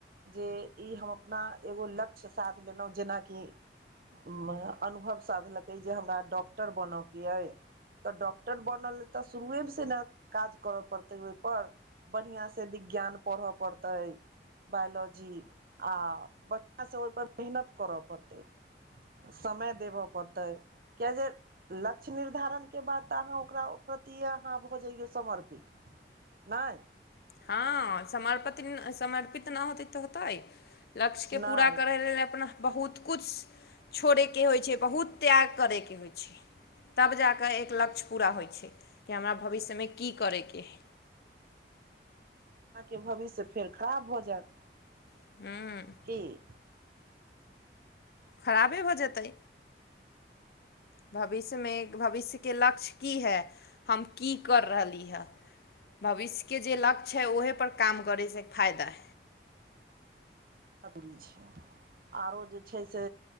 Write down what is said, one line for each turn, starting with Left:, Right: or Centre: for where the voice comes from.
Right: जेय ई हम अपना एगो लक्ष्य साध लेलौ जेनाकि में अनुभव साधलकै जे हमरा डॉक्टर बनयके अइ तऽ डॉक्टर बनल तऽ शुरुए से न काज कर पड़ते ओइ पर बढ़िआँ स विज्ञान पड़य पड़तै बायोलॉजी आ बढ़िया स ओइ पर मेहनत कर पड़तै। समय देबै पड़तै किएक जे लक्ष्य निर्धारण केँ बाद तऽ अहाँ ओकरा प्रति अहाँ भऽ जइयौ समर्पित नै
Left: हँ समर्पितीन समर्पित नै होतै तऽ होतै लक्ष्य केँ
Right: नहि
Left: पूरा करै लेल अपना बहुत कुछ छोड़ैके होइत छै बहुत त्याग करैके होइत छै। तब जा कऽ एक लक्ष्य पूरा होइ छै कि हमरा भविष्यमे की करैके है
Right: अहाँ केँ भविष्य फेर खराब भऽ जायत
Left: <unintelligible>
Right: की
Left: खराबे भऽ जेतै भविष्य में एक भविष्य केँ लक्ष्य की है? हम की कर रहली हँ भविष्य केँ जे लक्ष्य है ओहेपर काम करैसँ फायदा हइ।
Right: <unintelligible> आरो जे छै से से